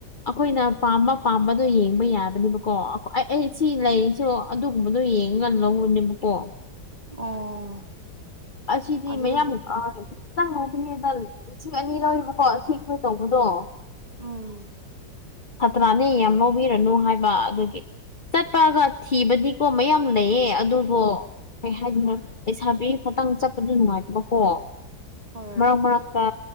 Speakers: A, on the left (about 40°); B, on the right (about 20°).
A: ꯑꯩꯈꯣꯏꯅ ꯄꯥꯝꯕ ꯄꯥꯝꯕꯗꯣ ꯌꯦꯡꯕ ꯌꯥꯕꯅꯤꯕ ꯀꯣ ꯑꯩ ꯑꯩ ꯁꯤ ꯂꯩꯔꯤꯁꯨ ꯑꯗꯨꯒꯨꯝꯕꯗꯣ ꯌꯦꯡꯉꯒ ꯂꯧꯕꯅꯦꯕꯀꯣ
B: ꯑꯣ
A: ꯑꯁꯤꯗꯤ
B: ꯑꯗꯨ
A: ꯃꯌꯥꯝ ꯈꯤꯇꯪꯕꯨ ꯈꯅꯦꯗ ꯂꯤꯁꯤꯡ ꯑꯅꯤ ꯂꯧꯕꯀꯣ ꯁꯤ ꯀꯣꯏ ꯇꯧꯕꯗꯣ
B: ꯎꯝ
A: ꯁꯥꯇ꯭ꯔꯥꯅꯤ ꯌꯥꯝ ꯂꯧꯕꯤꯔꯅꯨ ꯍꯥꯏꯕ ꯑꯗꯨꯒꯤ ꯆꯠꯄꯒ ꯊꯤꯕꯗꯤꯀꯣ ꯃꯌꯥꯝ ꯂꯩꯌꯦ ꯑꯗꯨꯕꯨ ꯀꯩ ꯍꯥꯏꯗꯨꯏꯅꯤ ꯂꯩꯁꯥꯕꯤ ꯈꯇꯪ ꯆꯠꯄꯁꯨ ꯅꯨꯡꯉꯥꯏꯇꯕꯀꯣ
B: ꯍꯣꯏ
A: ꯃꯔꯛ ꯃꯔꯛꯇ